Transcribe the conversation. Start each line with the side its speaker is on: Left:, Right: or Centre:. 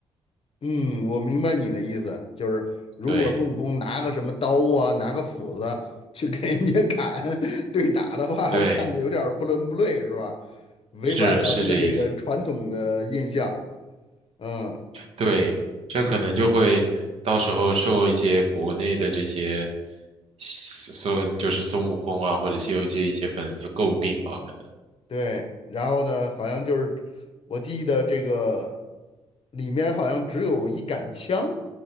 Left: 嗯，我明白你的意思，就是如果孙悟空拿个什么刀啊，
Right: 对，
Left: 拿个斧子去跟人家砍 <laughs> 对打的话，
Right: 对，
Left: 看着有点儿不伦不类，是吧？违反咱们的这个传统的印象。
Right: 是是这意思。
Left: 嗯，
Right: 对，这可能就会到时候受一些国内的这些所就是孙悟空啊或者《西游记》一些粉丝诟病吧，可能。
Left: 对。然后呢，好像就是我记得这个里面好像只有一杆枪，